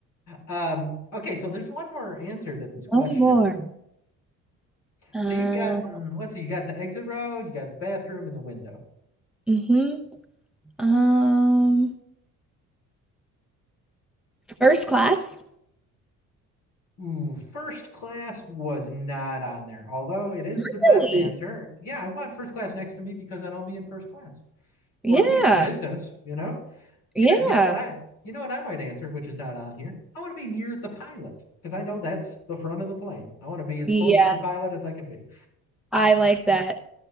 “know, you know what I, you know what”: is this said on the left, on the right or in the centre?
Left